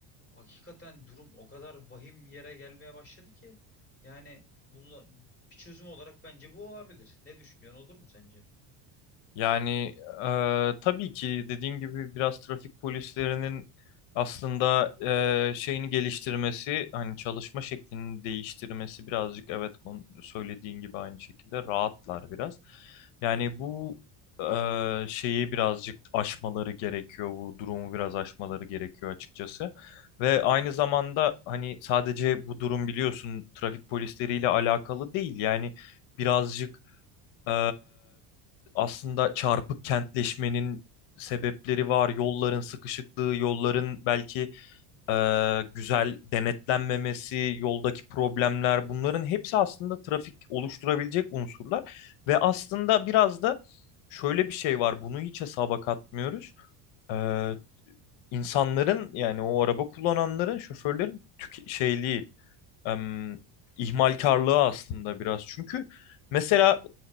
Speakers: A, on the left; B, on the left.
A: Hakikaten durum o kadar vahim yere gelmeye başladı ki yani bunu bir çözüm olarak bence bu olabilir. Ne düşünüyorsun olur mu sence?
B: Yani e, tabii ki dediğin gibi biraz trafik polislerinin aslında e, şeyini geliştirmesi, hani çalışma şeklini değiştirmesi birazcık evet kon- söylediğin gibi aynı şekilde rahatlar biraz. Yani bu e, şeyi birazcık aşmaları gerekiyor, bu durumu biraz aşmaları gerekiyor açıkçası. Ve aynı zamanda hani sadece bu durum biliyorsun trafik polisleriyle alakalı değil yani birazcık ee, aslında çarpık kentleşmenin sebepleri var. Yolların sıkışıklığı, yolların belki e, güzel denetlenmemesi, yoldaki problemler bunların hepsi aslında trafik oluşturabilecek unsurlar. Ve aslında biraz da şöyle bir şey var. Bunu hiç hesaba katmıyoruz. Ee, insanların yani o araba kullananların, şoförlerin tüke- şeyliği, em, ihmalkarlığı aslında biraz. Çünkü mesela